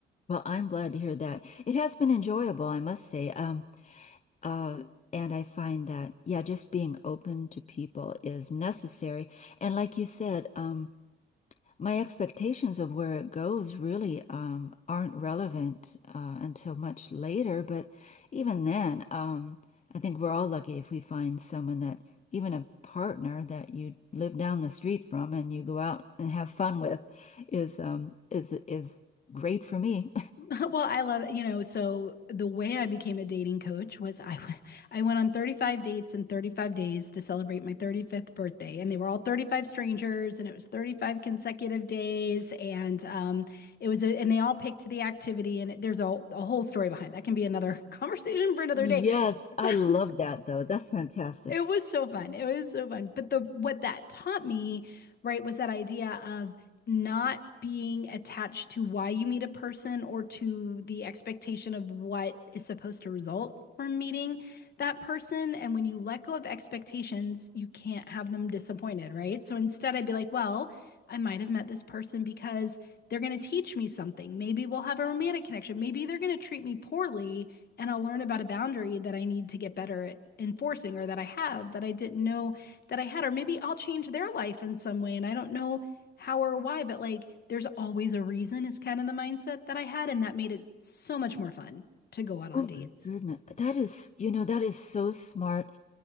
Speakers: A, on the left (about 35°); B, on the left (about 50°).
A: Well, I'm glad to hear that. It has been enjoyable, I must say. Um, uh, and I find that, yeah, just being open to people is necessary. And like you said, um, my expectations of where it goes really um, aren't relevant uh, until much later. But even then, um, I think we're all lucky if we find someone that, even a partner that you live down the street from and you go out and have fun with, is um, is is great for me.
B: <laughs> well, I love you know. So the way I became a dating coach was I <laughs> w- I went on 35 dates in 35 days to celebrate my 35th birthday, and they were all 35 strangers, and it was 35 consecutive days, and um, it was a, and they all picked the activity, and it, there's a, a whole story behind that. Can be another <laughs> conversation for another
A: Yes,
B: day.
A: I love
B: <laughs>
A: that though. That's fantastic.
B: It was so fun. It was so fun. But the what that taught me, right, was that idea of not being attached to why you meet a person or to the expectation of what is supposed to result from meeting that person. And when you let go of expectations, you can't have them disappointed, right? So instead, I'd be like, well, I might have met this person because they're going to teach me something. Maybe we'll have a romantic connection. Maybe they're going to treat me poorly and I'll learn about a boundary that I need to get better at enforcing or that I have that I didn't know that I had. Or maybe I'll change their life in some way and I don't know how or why, but like there's always a reason is kind of the mindset that I had. And that made it so much more fun to go out on
A: Oh my
B: dates.
A: goodness. That is, you know, that is so smart.